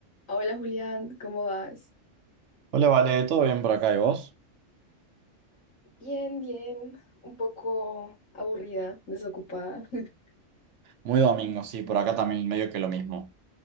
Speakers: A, on the left (about 85°); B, on the right (about 70°).
A: Hola Julián, ¿cómo vas?
B: Hola, Vale, ¿todo bien por acá y vos?
A: Bien, bien, un poco aburrida, desocupada. <laughs>
B: Muy domingo, sí, por acá también medio que lo mismo.